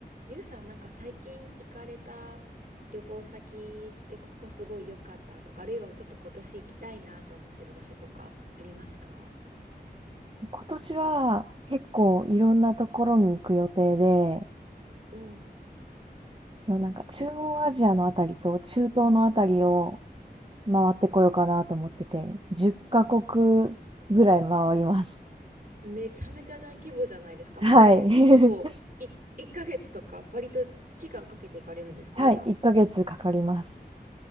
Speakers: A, on the right; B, on the right.
A: ゆうさん、なんか最近行かれた旅行先ってここすごい良かったとか、あるいはちょっと今年行きたいなと思ってる場所とかありますか
B: 今年は結構いろんなところに行く予定で、
A: おお
B: そのなんか中央アジアのあたりと中東のあたりを回ってこようかなと思ってて、10カ国ぐらい回ります。
A: う、めちゃめちゃ大規模じゃないですか。
B: <laughs>
A: もうそれ結構い1ヶ月とか割と期間かけて行かれるんですかじゃあ。
B: はい。<laughs> はい。1ヶ月かかります。